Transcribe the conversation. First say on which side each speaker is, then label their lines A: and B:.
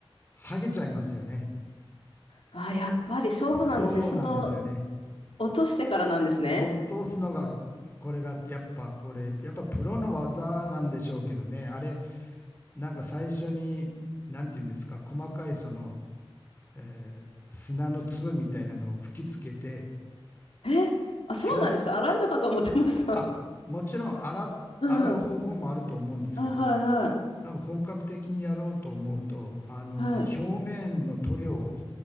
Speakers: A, on the left; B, on the left.
A: 剥げちゃいますよね。
B: あ、やっぱりそうなんですね。
A: そうなんですよね。
B: その、落としてからなんですね。
A: 落とすのが、これが、やっぱこれ、やっぱプロの技なんでしょうけどね、あれ、なんか最初に、なんていうんですか、細かいその、えー砂の粒みたいなのを吹きつけて、
B: え、あ、そうなんですか。
A: ひ表
B: 洗うのかと思ってました。
A: あ、もちろん洗っ、
B: うんうん。
A: 洗う方法もあると思うんですけど、
B: あ、はいは
A: 多分本格的にやろうと思うと、あの、
B: い。はい。
A: 表面の塗料を